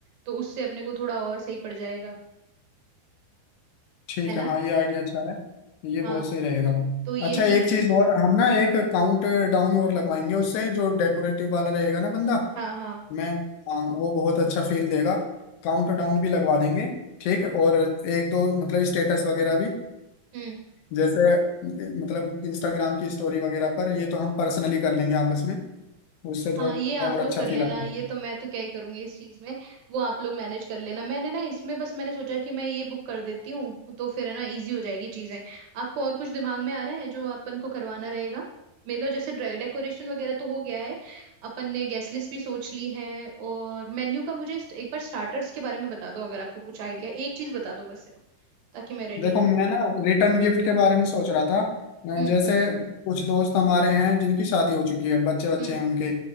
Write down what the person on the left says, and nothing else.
ठीक
है हाँ ये आइडिया अच्छा है ये
बहुत सही रहेगा
अच्छा
एक चीज और हम ना एक काउंट डाउन और लगवाएंगे उससे जो डेकोरेटिव
वाला रहेगा ना बंदा
मैं हाँ वो बहुत अच्छा फील देगा काउंट डाउन भी लगवा देंगे ठीक है और एक दो मतलब स्टेटस वगैरह भी <laughs>
जैसे मतलब इंस्टाग्राम की स्टोरी वगैरह पर ये तो हम पर्सनली कर लेंगे आपस में उससे
थोड़ा
और
अच्छा
फील
आएगा
देखो
मैं ना रिटर्न गिफ्ट के बारे में सोच रहा था अ,
जैसे कुछ दोस्त हमारे हैं जिनकी शादी हो चुकी है बच्चे बच्चे
हैं उनके